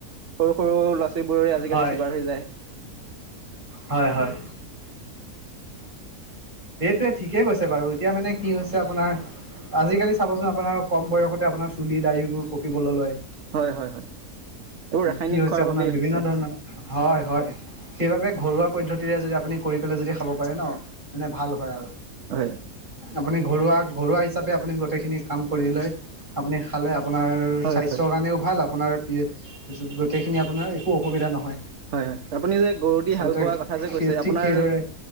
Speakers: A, on the right; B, on the right.
A: সৰু সৰু ল'ৰা ছোৱালী বোৰৰে আজিকালি
B: হয়
A: চুগাৰ হৈ যায়।
B: হয় হয়। সেইটোৱে ঠিকেই কৈছে বাৰু, এতিয়া মানে কি হৈছে আপোনাৰ আজিকালি চাবচোন আপোনাৰ কম বয়সতে আপোনাৰ চুলি দাৰীবোৰ পকিবলে লয়।
A: হয় হয় হয় এইবোৰ ৰাসায়নিক
B: কি হৈছে
A: খোৱাৰ
B: আপোনাৰ
A: বাবেই
B: বিভিন্ন
A: হৈছে
B: ধৰণৰ হয় হয়, সেইবাবে ঘৰুৱা পদ্ধতিৰে যদি আপুনি কৰি পেলাই যদি খাব পাৰে ন মানে ভাল হয় আৰু।
A: হয়
B: আপুনি ঘৰুৱা ঘৰুৱা হিচাপে আপুনি গোটেই খিনি কাম কৰি লৈ আপুনি খালে আপ আপোনাৰ
A: হয়
B: স্বাস্থ্যৰ কাৰণেও ভাল, আপোনাৰ এ গোটেইখিনি আপোনাৰ একো অসুবিধা নহয়
A: হয় হয়। আপুনি যে গৰু
B: আচলতে
A: দি হাল বোৱা কথা যে কৈছে
B: ঠিক
A: আপোনাৰ,
B: সেইদৰে